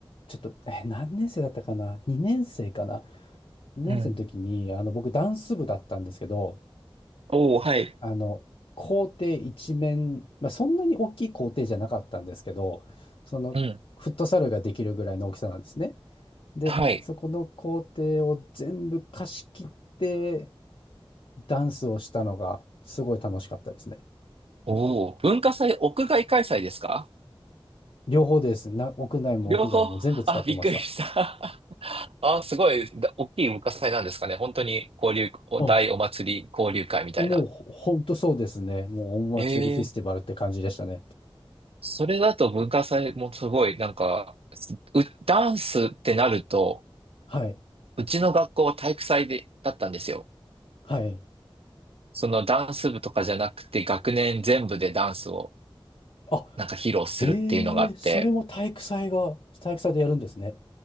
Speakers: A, on the left; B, on the right.
A: ちょっと、え、何年生だったかな ?2 年生かな ?2 年生の時に、
B: うん。
A: あの、僕、ダンス部だったんですけど、
B: おお、はい。
A: あの、校庭一面、まあ、そんなに大きい校庭じゃなかったんですけど、そのフットサルができるぐらいの大きさなんですね。
B: うん。
A: で、
B: はい。
A: そこの校庭を全部貸し切ってダンスをしたのがすごい楽しかったですね。
B: おお、文化祭、屋外開催ですか
A: 両方です。な、屋内も屋外も全部使ってました。
B: 両方、<laughs> あ、びっくりした。<laughs> あ、すごい、だ大きい文化祭なんですかね。本当に交流、お大お祭り交流会みたいな。
A: うん。もうほほんとそうですね。もうお祭りフェスティバルって感じでしたね。
B: ええ、それだと文化祭もすごい、なんか、すう、ダンスってなると、
A: はい。
B: うちの学校は体育祭で、だったんですよ。
A: はい。
B: そのダンス部とかじゃなくて、学年全部でダンスを
A: あ、
B: なんか披露するっていうのがあって、
A: へえ、それも体育祭が、体育祭でやるんですね。